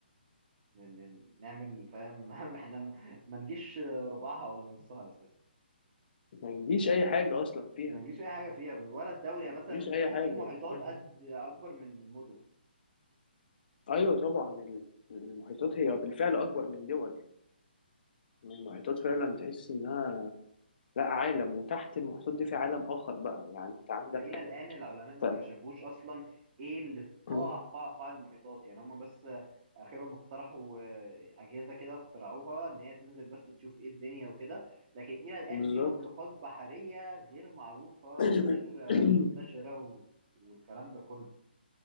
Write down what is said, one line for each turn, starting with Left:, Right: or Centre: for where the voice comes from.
Right: إن- إن نعمل فاهم <laughs> إحنا ما ما نجيش ربعها ولا نصها أساسا
Left: ما يجيش اي حاجه اصلا فيها
Right: ما نجيش أي حاجة فيها ولا الدولة
Left: ما
Right: يعني مثلا
Left: يجيش اي
Right: في
Left: حاجه
Right: في محيطات
Left: <laughs>
Right: قد أكبر من من مدن
Left: ايوه طبعا ال- المحيطات هي بالفعل اكبر من دول المحيطات فعلا تحس انها لا عالم وتحت المحيطات دي في عالم اخر بقى يعني انت عندك
Right: ده إلى الآن
Left: <clears throat>
Right: العلماء ما اكتشفوش أصلا إيه اللي في قاع
Left: مم.
Right: قاع قاع المحيطات يعني هما بس آخرهم اقترحوا آه، أجهزة كده اخترعوها إن هي تنزل بس تشوف إيه الدنيا وكده لكن إلى الآن
Left: بالظبط
Right: في مخلوقات بحرية غير معروفة
Left: <coughs>
Right: وغير
Left: <clears throat>
Right: آه، منتشرة و... والكلام ده كله